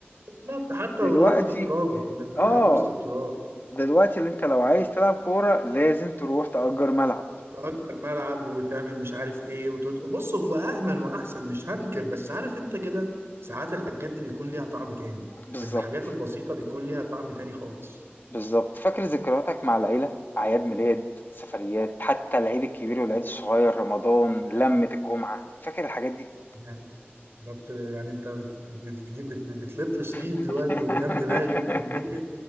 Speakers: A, on the right; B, on the left.
A: بالظبط حتى
B: دلوقتي
A: لو الارض دي ترابه كنا بنلعب
B: آه،
A: وسط التراب
B: دلوقتي اللي أنت لو عايز تلعب كورة لازم تروح تأجر ملعب،
A: تأجر ملعب وتعمل مش عارف ايه وتط... بص هو أأمن وأحسن مش هنكر بس عارف انت كده ساعات الحاجات دي بيكون ليها طعم تاني
B: بالضبط.
A: الحاجات البسيطة بيكون ليها طعم تاني خالص
B: بالضبط، فاكر ذكرياتك مع العيلة؟ أعياد ميلاد، سفريات، حتى العيد الكبير والعيد الصغير، رمضان، لمة الجمعة، فاكر الحاجات دي؟
A: يعني بالظبط يعني انت بت... بت- بتجيب بت... بتلف شريط
B: <laughs>
A: دلوقتي قدام دماغي كمية